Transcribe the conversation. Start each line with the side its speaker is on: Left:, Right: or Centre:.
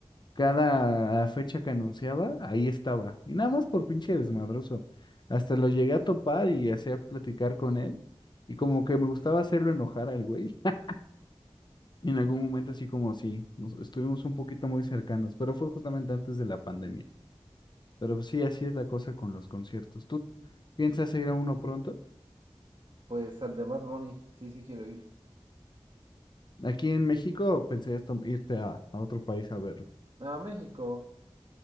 Left: cada fecha que anunciaba, ahí estaba. Y nada más por pinche desmadroso. Hasta lo llegué a topar y hacía platicar con él. Y como que me gustaba hacerlo enojar al güey. <laughs> en algún momento así como si nos estuvimos un poquito muy cercanos, pero fue justamente antes de la pandemia. Pero pues sí, así es la cosa con los conciertos. ¿Tú piensas ir a uno pronto?
Right: Pues al de Bad Bunny, sí, sí quiero ir.
Left: Aquí en México pensarías tom- irte a, a otro país a verlo.
Right: No, A México,